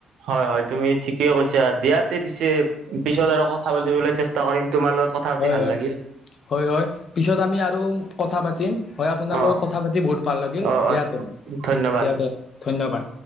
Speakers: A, on the right; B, on the left.
A: হয়, হয় তুমি ঠিকে কৈছা দিয়াতে পিছে পিছত আৰু কথা পাতিবলৈ চেষ্টা কৰিম, তোমাৰ লগত। কথা পাতি
B: হয়,
A: ভাল
B: হয়,
A: লাগিল
B: হয়, হয়, পিছত আমি আৰু কথা পাতিম। হয়, আপোনাৰ
A: অ
B: লগত কথা পাতি বহুত ভাল লাগিল
A: অ
B: দিয়া
A: অ
B: তে,
A: ধন্যবাদ
B: দিয়া তে, ধন্যবাদ।